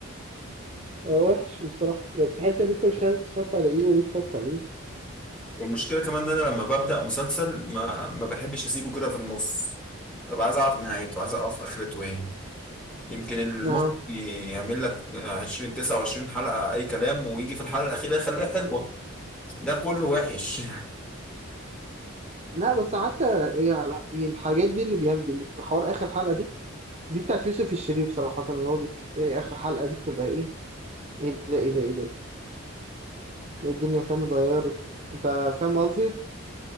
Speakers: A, on the right (about 30°); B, in the centre.
A: هو وحش بصراحة يعني تحس إن أنت مش عارف اتفرجت على إيه وليه اتفرجت عليه
B: والمشكلة كمان إن أنا لما ببدأ مسلسل ما ما بحبش أسيبه كده في النص ببقى عايز أعرف نهايته عايز أعرف آخرته إيه يمكن المخ
A: آه
B: يعمل لك 20 29 حلقة أي كلام ويجي في الحلقة الأخيرة يخليها حلوة ده كله وحش
A: لا بس حتى هي هي الحاجات دي اللي بيعمل حوار آخر حلقة دي دي بتاعت يوسف الشريف صراحة اللي هو بتلاقي آخر حلقة دي بتبقى إيه إيه ده إيه ده إيه ده ده الدنيا فاهم اتغيرت أنت فاهم قصدي